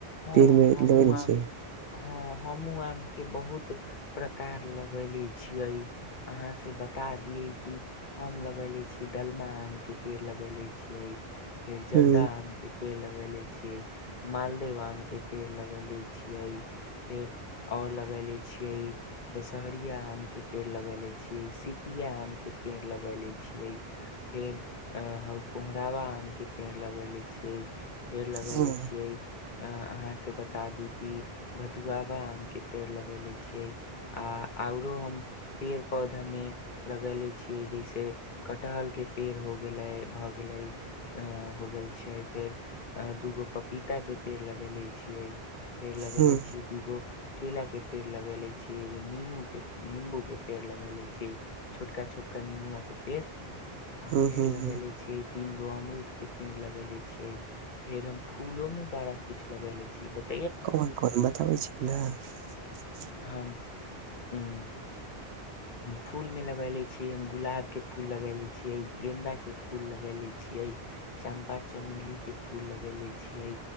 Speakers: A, on the left; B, on the right.
A: हँ
B: पेरमे
A: हमहुँ
B: लऽ लगेले
A: आम
B: छीयै। <unintelligible>
A: हँ हमूँ आम के बहुत प्रकार लगैले छियै अहाँ से बता दिय कि हम लगैले छीयै डलमा आम के पेड़ लगैले छियै। <unintelligible> फेर जर्दा
B: हूं
A: आम के पेड़ लग। <unintelligible> भेलेई छिय माल। <unintelligible> देव आम के पेड़ लगेले छियै फेर ओर लगले छियै दशहरिया आम के पेड़ लगेले छियै, सिपिया आम के पेड़ लगले छियै, फेर कोहरावा आम के पेड़ लगेले छियै। <unintelligible> पेड़ लगेले
B: हूं
A: छियै। <unintelligible> अहाँके बता दू कि भदुआबा आम के पेड़ लगेले छियै आ औरो हम पेड़ पौधा मे लगेले छियै जैसे कटहल के पेड़, हो गेलै भऽ गेले हो गेल छै फेर दूगो पपीता के। पेड़ लगेले छियै। <unintelligible> फेर लगेेले
B: हूं
A: छीये दूगो। <unintelligible> केला के पेड़ लगेेले छीये, एगो निम्बू के निम्बू के पेड़, लगेले छीये छोटका -छोटका नींबूआ के पेड। <unintelligible> आ
B: हूं
A: फेर
B: हूं
A: लगेले छीये। <unintelligible> तीन गो अमरुद के पेड़ लगेेले छीये फेर हम फूलो में बारा। <unintelligible> कुछ लगेले छीये। <unintelligible>
B: कोन -कोन बताबै छैय नई। <unintelligible>
A: हम उ फूल मे लगेने लछियै हम गुलाब के फूल लगै <unintelligible> ले छियै गेन्दा के फूल लगै ले छियै, चम्पा चमेली, के फूल लग ले छियै